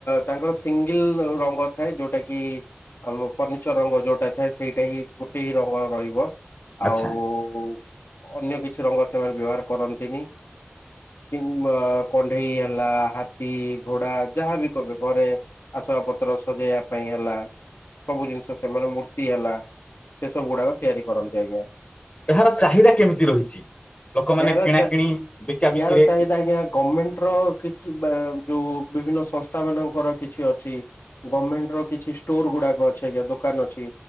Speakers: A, on the left; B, on the left.
A: ତାଙ୍କର ସିଙ୍ଗଲ ରଙ୍ଗ ଥାଏ ଯୋଉଟା କି। ଆମ ଫର୍ଣ୍ଣିିଚର ରଙ୍ଗ ଯୋଉଟା ଥାଏ ସେଇଟା ହିଁ ଗୋଟେ ହି ରଙ୍ଗ ରହିବ
B: ଆଚ୍ଛା
A: ଆଉ। ଅନ୍ୟ କିଛି ରଙ୍ଗ ସେମାନେ ବ୍ୟବହାର କରନ୍ତିନି। କିମ୍ ଆ କଣ୍ଢେଇ ହେଲା ହାତୀ ଘୋଡା ଯାହାବି କହିବେ ଘରେ। ଆସବାବ ପତ୍ର ସଜେଇବା ପାଇଁ ହେଲା। ସବୁ ଜିନିଷ ସେମାନେ ମୂର୍ତ୍ତି ହେଲା ସେ ସବୁ ଗୁଡାକ ତିଆରି କରନ୍ତି ଆଜ୍ଞା।
B: ଏହାର ଚାହିଦା କେମିତି ରହିଛି। ଲୋକମାନେ
A: ଏହାର
B: କିଣା
A: ଚା
B: କିିଣି ବିକା ବିକିରେ
A: ଏହାର ଚାହିଦା ଆଜ୍ଞା ଗମେଣ୍ଟ ର କି ବା ଯୋଉ ବିଭିନ୍ନ ସଂସ୍ଥା ମାନଙ୍କର କିଛି ଅଛି। ଗମେଣ୍ଟ ର କିଛି ଷ୍ଟୋର ଗୁଡାକ ଅଛି ଆଜ୍ଞା ଦୋକାନ ଅଛି।